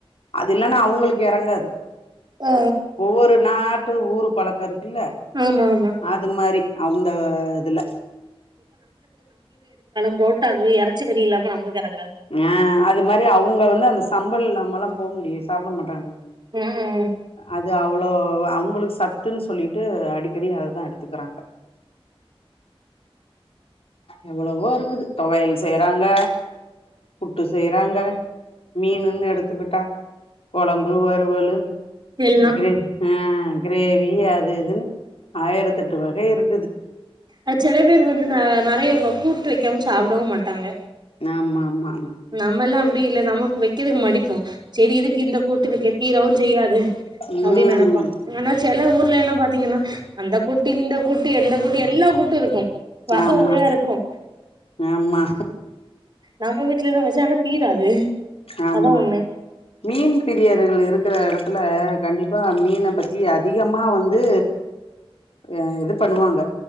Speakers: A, on the left; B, on the right.
A: அது இல்லன்னா அவுங்களுக்கு எறங்காது
B: ஆ
A: ஒவ்வொரு நா டு ஊரு பழக்கருக் இல்ல
B: ஆமா ஆமா
A: அது மாரி அவுந்த இதுல
B: ரோட்டாக்கு எறச்சக்கறி இல்லாம நம்முது எறங்க
A: அ அது மாரி அவுங்க வந்து அந்த சம்பல் இல்லாமல்லாம் போமுடிய சப்ட மாட்டாங்க
B: ம் ம்
A: அது அவள் ளோ அவுங்களுக் சத்துன்னு சொல்லிட்டு அடிக்கடி அததான் எடுத்துக்கறாங்க எவ்வளவோ இருக்குது தொவையல் செய்றாங்க புட்டு செய்றாங்க மீனுன்னு எடுத்துக்கிட்டா கொழம்பு வறுவலு
B: எல்லா
A: க்ரே ஆ க்ரேவி அது இதுன்னு ஆயிரதெட்டு வகையிருக்குது
B: அ செல பேர் வந்து ந நெறைய கூட்டு வைக்காம சாப்டவும் மாட்டாங்க
A: ஆமா ஆமா ஆமா
B: நம்மல்லா அப் பி இல்ல நமக் வெக்கதுக் மடிப்போம் செரி இதுக் இந்த கூட்டுருக்கே தீரவும் செய்யாது
A: ம்
B: அப்டின் நெனப்போம் ஆனா செல ஊர் வெல்லா பாத்திங்கன்னா அந்த கூட்டு இந்த கூட்டு எந்த கூட்டு எல்லா கூட்டும் இருக்கும் வக
A: ஆமா
B: வகயாரிக்கும்
A: ஆமா
B: நம்ம வீட் வீட்லதா வெஷொ ஆனா தீராது
A: ஆமா
B: அதா ஒண்ணு
A: மீன் பிரியர்கள் இருக்குற எடத்துல கண்டிப்பா மீன பத்தி அதிகமா வந்து அ இது பண்ணுவாங்க